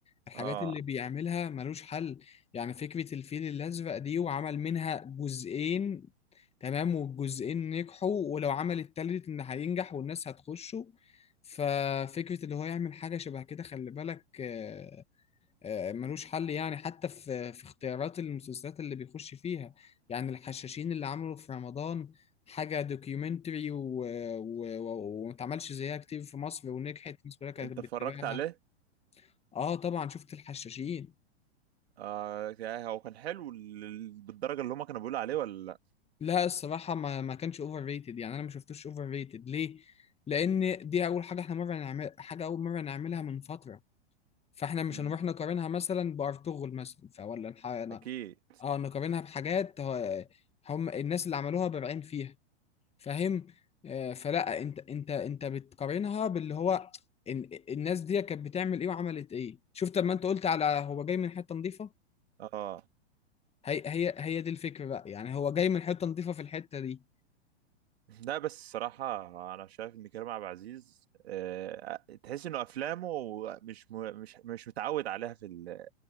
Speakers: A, on the left; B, on the right.
A: الحاجات
B: اه
A: اللي بيعملها ملوش حل يعني فكرة الفيل الأزرق دي وعمل منها جزئين تمام والجزئين نجحوا ولو عمل التالت إن هينجح والناس هتخشه ففكرة اللي هو يعمل حاجة شبه كده خلي بالك آه، آه، ملوش حل يعني حتى في في اختيارات المسلسلات اللي بيخش فيها يعني الحشاشين اللي عملوا في رمضان حاجة دوكيومنتري و- و- و- وما اتعملش زيها كتير في مصر ونجحت الناس كلها كانت
B: انت
A: بتتابعها
B: اتفرجت عليه
A: اه طبعا شفت الحشاشين
B: اه يعني هو كان حلو لل- بالدرجه اللي هما كانوا بيقولوا عليه ولا لا
A: لا الصراحة ما ما كانش اوفر ريتد يعني انا ما شفتوش اوفر ريتد ليه؟ لان دي اول حاجة احنا مرة نعمل حاجة اول مرة نعملها من فترة فاحنا مش
B: امم
A: هنروح نقارنها مثلا بارطغرل مثلا فولا
B: اكيد
A: اه نقارنها بحاجات هو- هم الناس اللي عملوها بارعين فيها فاهم آه، فلا انت انت انت بتقارنها باللي هو إن الناس دي كانت بتعمل ايه وعملت ايه شفت لما انت قلت على هو جاي من حته نظيفه
B: اه
A: هي هي هي دي الفكره بقى يعني هو جاي من حته نظيفه في الحته دي
B: لا بس الصراحة أنا شايف إن كريم عبد العزيز آه، تحس إنه أفلامه مش م... مش مش متعود عليها في ال...